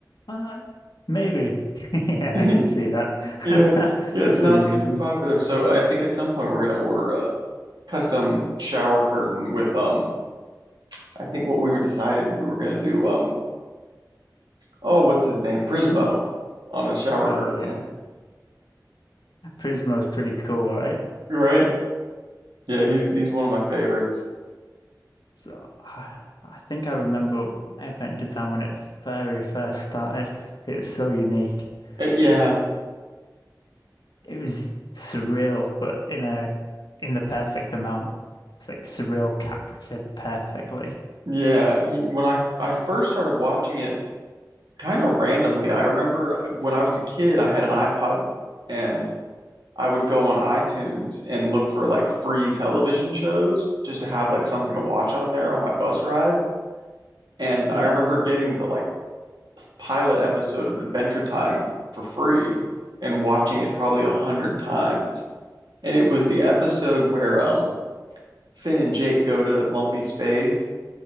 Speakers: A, on the left; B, on the right.
A: uh, Maybe. <laughs> Yeah,
B: <laughs>
A: I can see that
B: Yeah.
A: <laughs>
B: Yeah,
A: for
B: it's
A: some
B: not
A: reason.
B: super popular. So I think at some point we're gonna order a custom shower curtain with um I think what we were decided we were gonna do um oh what's his name? Prismo on a shower
A: Oh
B: curtain.
A: yeah, Prismo's pretty cool, right?
B: Right? Yeah, he's he's one of my favorites.
A: So I I think I remember Adventure Time when it very first started. It was so unique.
B: Uh, yeah,
A: It was like it was surreal, but in a in the perfect amount. It's like surreal captured perfectly.
B: yeah. Y- When I I first started watching it, kind of randomly, I remember uh, when I was a kid, I had an iPod, and I would go on iTunes and look for like free television shows just to have like something to watch on there on my bus ride. And
A: Yeah.
B: I remember getting the like pilot episode of Adventure Time for free and watching it probably a hundred times. And it was the episode where um Finn and Jake go to Lumpy Space